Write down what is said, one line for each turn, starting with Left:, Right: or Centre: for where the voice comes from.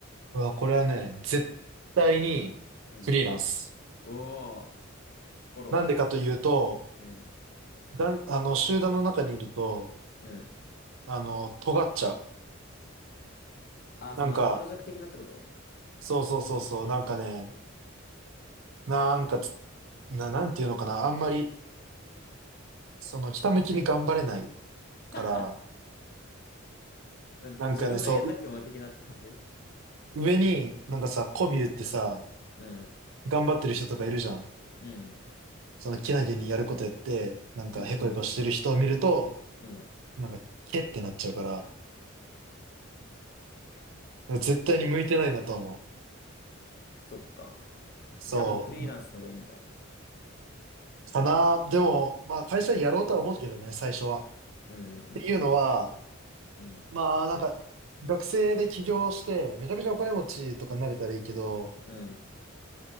Right: うわ、これはね、絶対にフリーランス。
Left: うん。おー、心は
Right: なんでかというと、
Left: うん、
Right: だん、あの、集団の中にいると、
Left: うん。
Right: あの、尖っちゃう。
Left: あ、
Right: なんか、
Left: その天の弱的なってこと
Right: そうそうそうそう、なんかね、なんかつな、なんていうのかな、あんまり、その、ひたむきに頑張れないから、
Left: <laughs> まあ、
Right: なんかね、
Left: 自分がやんなくても的なって感じ
Right: そう、う上に、なんかさ、媚び売ってさ、
Left: うん、
Right: 頑張ってる人とかいるじゃん。
Left: うん、
Right: その、けなげにやることやって、なんか、
Left: うん、
Right: へこへこしてる人を見ると、
Left: うん、うん。
Right: なんか、けってなっちゃうから、絶対に向いてないなと思う。
Left: そっか。
Right: そう。
Left: じゃあもうフリーランスの方がいいんだ。
Right: かな。でも、まあ会社にやろうとは思うけどね、最初は。っ
Left: うんうんうん
Right: ていうのは、
Left: うん。
Right: まあなんか、学生で起業して、めちゃめちゃお金持ちとかになれたらいいけど、
Left: うん